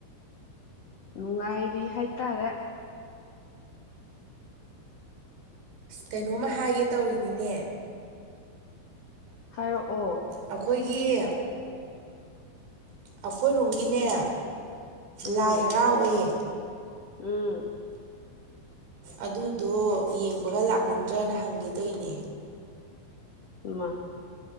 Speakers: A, on the left (about 70°); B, on the right (about 75°).
A: ꯅꯨꯡꯉꯥꯏꯔꯤ ꯍꯥꯏꯇꯥꯔꯦ
B: ꯀꯩꯅꯣꯝꯃ ꯍꯥꯏꯒꯦ ꯇꯧꯔꯤꯅꯤꯅꯦ
A: ꯍꯥꯏꯔꯛꯑꯣ
B: ꯑꯩꯈꯣꯏꯒꯤ ꯑꯈꯣꯏ ꯔꯣꯝꯒꯤꯅꯦ
A: ꯎꯝ
B: ꯂꯥꯏ ꯍꯔꯥꯎꯋꯦ <inaudible>
A: ꯎꯝ
B: ꯑꯗꯨꯗꯣ ꯌꯦꯡꯕꯒ ꯂꯥꯛꯅꯤꯡꯗ꯭ꯔꯅ ꯍꯪꯒꯦ ꯇꯣꯏꯅꯦ
A: ꯏꯃꯥ